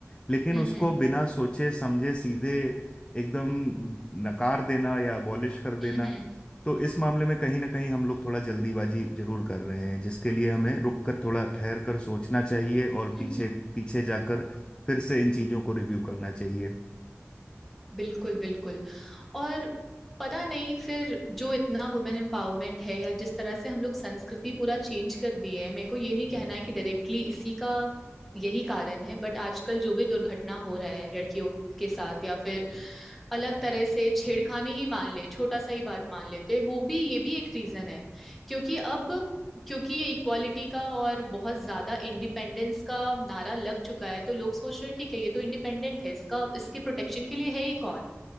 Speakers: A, on the left (about 20°); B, in the centre.
A: लेकिन
B: हम्म
A: उसको
B: हम्म
A: बिना सोचे समझे सीधे एकदम नकार देना या अबॉलिश कर देना
B: हम्म हम्म,
A: तो इस मामले में कहीं ना कहीं हम लोग थोड़ा जल्दीबाजी जरूर कर रहे हैं जिसके लिए हमें रुक कर थोड़ा ठहर कर सोचना चाहिए और पीछे
B: हम्म।
A: पीछे जाकर फिर से इन चीजों को रिव्यू करना चाहिए
B: बिल्कुल बिल्कुल और पता नहीं फिर जो इतना वुमेन एम्पावरमेंट है या जिस तरह से हम लोग संस्कृति पूरा चेंज कर दी है मेरे को ये नहीं कहना है कि डायरेक्टली इसी का यही कारण है बट आजकल जो भी दुर्घटना हो रहा है लड़कियों के साथ या फिर अलग तरह से छेड़खानी ही मान ले छोटा सा ही बात मान लेते हैं, वो भी ये भी एक रीजन है क्योंकि अब क्योंकि ये इक्वालिटी का और बहुत ज्यादा इंडिपेंडेंस का नारा लग चुका है तो लोग सोच रहे हैं ठीक है ये तो इंडिपेंडेंट है इसका इसके प्रोटेक्शन के लिए है ही कौन